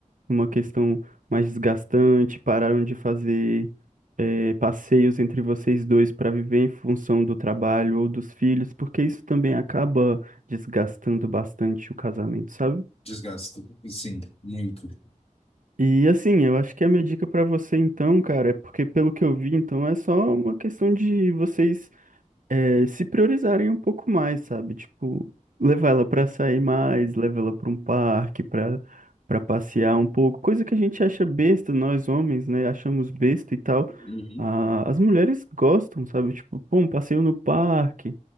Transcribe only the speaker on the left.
Desgasto. Sim, muito.
Hum.